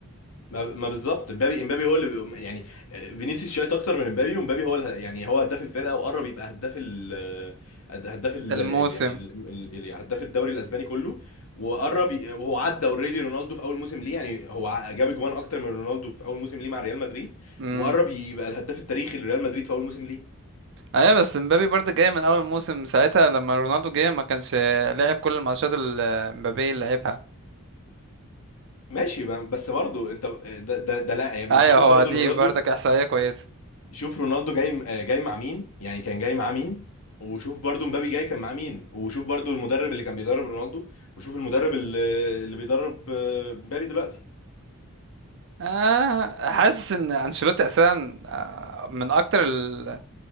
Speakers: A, on the left (about 70°); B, on the right (about 55°).
A: ما ما بالظبط مبابي امبابي هو اللي بي- يعني فينيسيوس شايط اكتر من امبابي ومبابي هو اله- يعني هو هداف الفرقه وقرب يبقى هداف ال هداف ال
B: الموسم
A: ال- يعني ال- ال- ال- يعني هداف الدوري الاسباني كله وقرب ي- وهو عدى اوريدي رونالدو في اول موسم ليه يعني هو ع- جاب جوان اكتر من رونالدو في اول موسم ليه مع ريال مدريد
B: امم
A: وقرب يبقى الهداف التاريخي لريال مدريد في اول موسم ليه
B: ايوه بس مبابي برضه جاي من اول موسم ساعتها لما رونالدو جه ما كانش لعب كل الماتشات اللي مبابي اللي لعبها
A: ماشي ب- بس برضه انت ده ده, ده لا يعني
B: ايوه
A: انت شوف
B: هو
A: برضه
B: دي
A: رونالدو
B: برضك احصائيه كويسه
A: شوف رونالدو جاي آه، جاي مع مين يعني كان جاي مع مين وشوف برضو مبابي جاي كان مع مين وشوف برضو المدرب اللي كان بيدرب رونالدو وشوف المدرب اللي, اللي بيدرب آه، مبابي دلوقتي
B: آه حاسس ان انشيلوتي اساسا آه، من اكتر ال-